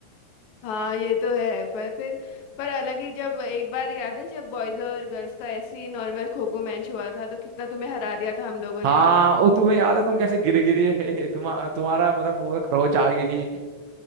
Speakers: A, on the left (about 75°); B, on the right (about 75°).
A: हाँ ये तो है पर फिर पर अलग ही जब एक बार याद है जब बॉयज और गर्ल्स का ऐसे ही नॉर्मल खो खो मैच हुआ था तो कितना तुम्हें हरा दिया था हम लोगों
B: हाँ
A: ने
B: वो तुम्हें याद है तुम कैसे गिर गिरी तुम्हारा तुम्हारा मतलब मुंह में खरोच आ गई थी